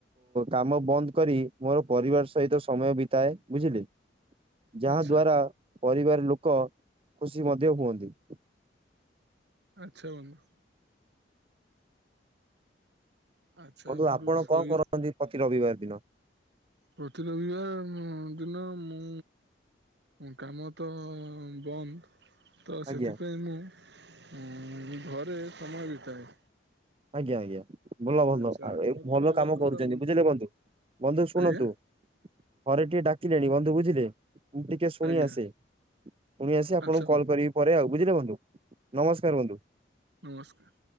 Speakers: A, on the right; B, on the right.
A: କାମ ବନ୍ଦ କରି ମୋର ପରିବାର ସହିତ ସମୟ ବିତାଏ ବୁଝିଲି। ଯାହା
B: ଆଚ୍ଛା
A: ଦଵାରା ପରିବାର ଲୋକ ଖୁସି ମଧ୍ୟ ହୁଅନ୍ତି।
B: ଆଚ୍ଛା ବନ୍ଧୁ। ଆଚ୍ଛା
A: ବନ୍ଧୁ ଆପଣ
B: ଶୋଇ
A: କଣ କରନ୍ତି ପ୍ରତି ରବିବାର ଦିନ।
B: ପ୍ରତି ରହିବା ଦିନ ମୁଁ! କାମ ତ ବନ୍ଦ। ତ ସେଥିପାଇଁ
A: ଆଜ୍ଞା।
B: ମୁଁ ଘରେ ସମୟ ବିତାଏ।
A: ଆଜ୍ଞା ଆଜ୍ଞା। ଭଲ ଭଲ
B: ଆଚ୍ଛା
A: ଆଉ ଏ
B: ମୋର
A: ଭଲ
B: କହିବାର
A: କାମ
B: କଥା
A: କରୁଛନ୍ତି ବୁଝିଲେ ବନ୍ଧୁ ବନ୍ଧୁ ଶୁଣନ୍ତୁ।
B: ଆଜ୍ଞା
A: ଘରେ କିଏ ଡାକିଲେଣି ବନ୍ଧୁ ବୁଝିଲେ ମୁଁ ଟିକେ ଶୁଣି
B: ଆଜ୍ଞା
A: ଆସେ। ପୁଣି ଆସି ଆପଣଙ୍କୁ
B: ଆଚ୍ଛା
A: କଲ୍
B: ବନ୍ଧୁ
A: କରିବି ପରେ ଆଉ ବୁଝିଲେ ବନ୍ଧୁ ନମସ୍କାର ବନ୍ଧୁ।
B: ନମସ୍କାର।